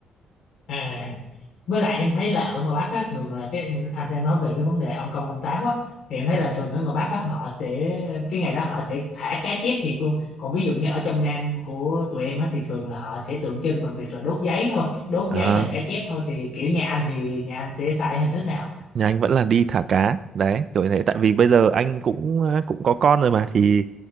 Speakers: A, on the left; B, on the right.
A: à với lại em thấy là ở ngoài Bắc á, thường là cái anh đang nói về cái vấn đề ông công ông táo á thì em thấy là thường ở ngoài Bắc á, họ sẽ cái ngày đó họ sẽ thả cá chết thiệt luôn còn ví dụ như ở trong Nam của tụi em á, thì thường là họ sẽ tượng trưng bằng việc là đốt giấy thôi đốt
B: À,
A: giấy hình cá chép thôi thì kiểu nhà anh thì nhà anh sẽ xài hình thức nào
B: nhà anh vẫn là đi thả cá đấy kiểu như thế tại vì bây giờ anh cũng ờ, cũng có con rồi mà thì